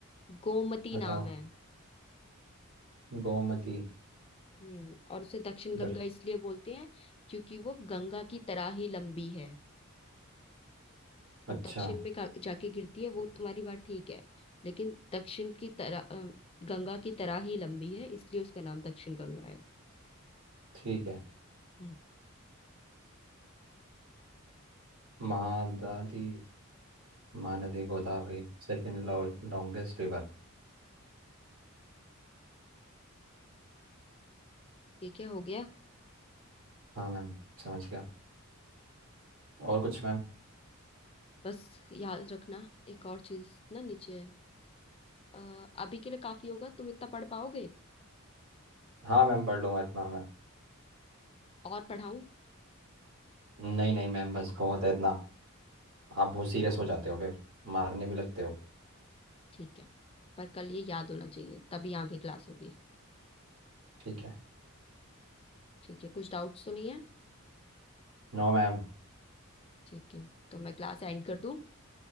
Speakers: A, on the left; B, on the right.
A: गोमती
B: बताओ
A: नाम है
B: गोमती
A: हम्म और उसे दक्षिण गंगा
B: दक्ष-
A: इसलिए बोलते हैं क्योंकि वो गंगा की तरह ही लंबी है
B: अच्छा
A: और दक्षिण में गा- जाके गिरती है वो तुम्हारी बात ठीक है लेकिन दक्षिण की तरह अ, गंगा की तरह ही लंबी है इसलिए उसका नाम दक्षिण गंगा है
B: ठीक है
A: हम्म,
B: महादादी Mahanadi Godavari Second longest river
A: ठीक है हो गया
B: हाँ मैम समझ गया और कुछ मैम
A: बस याद रखना एक और चीज ना नीचे अ, अभी के लिए काफी होगा तुम इतना पढ़ पाओगे
B: हाँ मैम पढ़ लूंगा इतना मैं
A: और पढ़ाऊं
B: नहीं नहीं मैम बस बहुत है इतना आप बहुत सीरियस हो जाते हो फिर मारने भी लगते हो
A: ठीक है पर कल ये याद होना चाहिए तभी आगे क्लास होगी
B: ठीक है
A: ठीक है कुछ डाउट्स तो नहीं है
B: No ma'am
A: ठीक है तो मैं क्लास एंड कर दूं